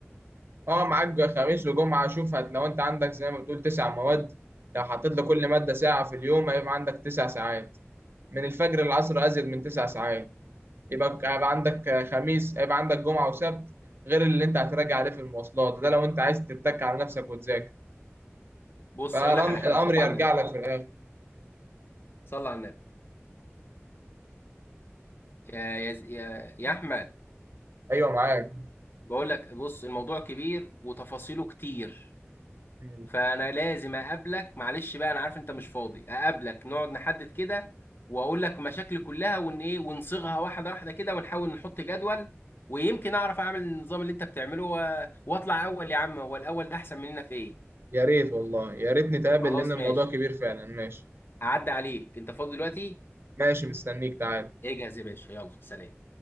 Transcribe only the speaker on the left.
بص
اقول لك على حاجه صلى
على النبي
صلى على النبي يا يا يا يا احمد
بقول لك بص الموضوع كبير وتفاصيله كتير
فانا لازم اقابلك معلش بقى انا عارف انت مش فاضي اقابلك نقعد نحدد كده واقول لك مشاكلي كلها ون ايه ونصيغها واحده واحده كده ونحاول نحط جدول ويمكن اعرف اعمل النظام اللي انت بتعمله و- واطلع اول يا عم هو الاول ده احسن مننا في ايه
خلاص
ماشي
هعدي عليك انت فاضي دلوقتي
اجهز يا باشا يلا سلام